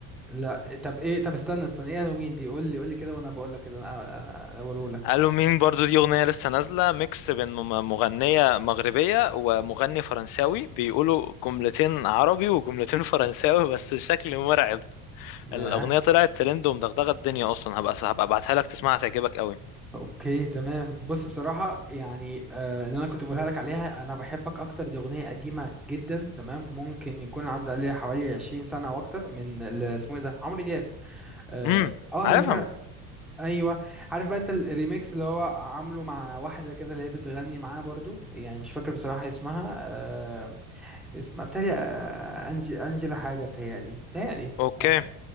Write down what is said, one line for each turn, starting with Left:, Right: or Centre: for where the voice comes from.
Centre: لا طب ايه طب استنى استنى ايه الهالوين دي قول لي قول لي كده وانا بقول لك اللي انا بقوله لك
Left: قالوا مين برضو دي أغنية لسه نازلة ميكس بين مم- مغنية مغربية ومغني فرنساوي بيقولوا جملتين عربي وجملتين <laughs> فرنساوي بس الشكل مرعب
Centre: ياه
Left: الأغنية طلعت ترند ومدغدغة الدنيا أصلا هبقى هبقى أبعتها لك تسمعها تعجبك قوي
Centre: اوكي تمام بص بصراحه يعني آه اللي انا كنت بقولها لك عليها انا بحبك اكتر دي اغنيه قديمه جدا تمام ممكن يكون عدى عليها حوالي 20 سنه او اكتر من اللي اسمه ايه ده عمرو دياب اه
Left: امم
Centre: آه،
Left: عارفهم
Centre: هي فعلا ايوه عارف بقى انت الريميكس اللي هو عامله مع واحده كده اللي هي بتغني معاه برضو يعني مش فاكر بصراحه اسمها آه اسمها بتهيألي آه انجي انجيلا حاجه بتهيألي بتهيألي
Left: اوكي
Centre: آه،